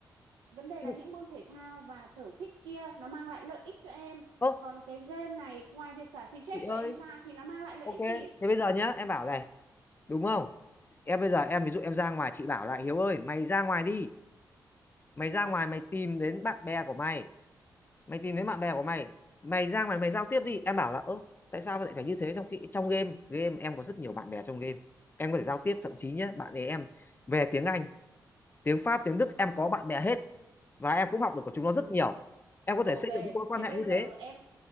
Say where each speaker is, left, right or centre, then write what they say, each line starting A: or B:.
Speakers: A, on the right; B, on the left.
A: vấn đề
B: Chị
A: là
B: đừng-
A: những môn thể thao và sở thích kia nó mang lại lợi ích cho em
B: ơ
A: còn cái game này ngoài việc xả stress
B: chị ơi
A: của em ra thì nó mang lại lợi
B: ok
A: ích gì
B: thế bây giờ nhá em bảo này đúng không em bây giờ em ví dụ em ra ngoài chị bảo là Hiếu ơi mày ra ngoài đi mày ra ngoài mày tìm đến bạn bè của mày mày tìm thấy bạn bè của mày mày ra ngoài mày giao tiếp đi em bảo là ơ tại sao lại phải như thế trong khi trong game game em có rất nhiều bạn bè trong game em có thể giao tiếp thậm chí nhé bạn ấy em về tiếng Anh tiếng Pháp tiếng Đức em có bạn bè hết và em cũng học được của chúng nó
A: ừ
B: rất nhiều em có
A: ok
B: thể xây dựng những mối quan
A: thế
B: hệ
A: bây
B: như
A: giờ
B: thế
A: em